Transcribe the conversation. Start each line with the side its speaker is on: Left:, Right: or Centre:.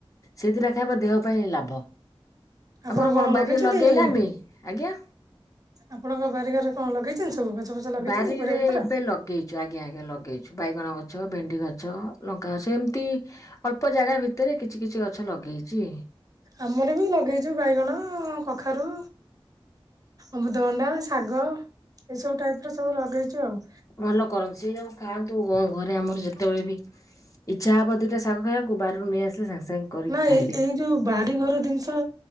Left: ସେଇଥିର ଖାଇବ ଦେହ ପାଇଁ ଲାଭ।
Right: ଆପଣ
Left: ଆମର କଣ ବାରିରେ
Right: ଲଗେଇଛନ୍ତି
Left: ଲଗେଇଲେ ଆମେ ଆଜ୍ଞା।
Right: ଆପଣଙ୍କ ବାରିଘରେ କଣ ଲଗେଇଛନ୍ତି ସବୁ ଗଛ ଫଛ ଲଗେଇଛନ୍ତି
Left: ବାରିରେ
Right: ପରିବା ପତ୍ର?
Left: ଏବେ ଲଗେଇଛୁ ଆଜ୍ଞା ଆଜ୍ଞା ଲଗେଇଛୁ ବାଇଗଣ ଗଛ ଭେଣ୍ଡି ଗଛ ଲଙ୍କା ଗଛ ଏମିତି। ଅଳ୍ପ ଜାଗା ଭିତରେ କିଛି କିଛି ଗଛ ଲଗେଇଛି।
Right: ଆମର ବି ଲଗେଇଛୁ ବାଇଗଣ କଖାରୁ। ଅମୃତ ଭଣ୍ଡା ଶାଗ ଏଇସବୁ ଟାଇପ ର ସବୁ ଲଗେଇଛୁ ଆଉ।
Left: ଭଲ କରନ୍ତୁ ସେ ଯୁ ଖାଆନ୍ତୁ ଘରେ ଆମର ଯେତେବେଳେ ବି। ଇଚ୍ଛା ହବ ଦୁଇଟ ଶାଗ ଖାଇବାକୁ ବାରାରୁରୁ ନେଇ ଆସିଲେ ସାଙ୍ଗ ସାଙ୍ଗେ। କରିକି
Right: ନାଇ
Left: ଖାଇଲେ।
Right: ଏଇ। ଯୋଉ ବାରିଘର ଜିନିଷ